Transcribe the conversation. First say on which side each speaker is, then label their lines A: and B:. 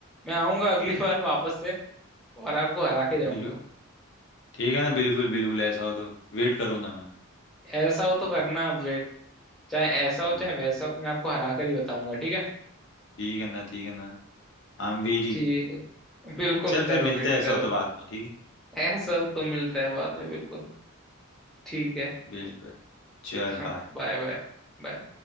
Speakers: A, in the centre; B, on the left.
A: मैं आऊंगा <laughs> अगली
B: हम्म
A: बार वापस से और आपको हरा के जाऊंगा
B: बिल्कुल ठीक है ना बिल्कुल बिल्कुल ऐसा हो तो वेट करूंगा मैं
A: ऐसा हो तो करना अपडेट चाहे ऐसा हो
B: हम्म
A: चाहे वैसा हो मैं आपको हरा कर ही बताऊंगा ठीक है
B: ठीक है ना ठीक है ना I am very
A: ठीक है बिल्कुल
B: चल फिर
A: करो
B: मिलते
A: वेट
B: हैं ऐसा
A: करो
B: हो तो बाद में ठीक है
A: ऐसा हो तो मिलते हैं बाद में बिल्कुल ठीक है
B: बिल्कुल चल
A: हाँ
B: बाय
A: बाय बाय बाय।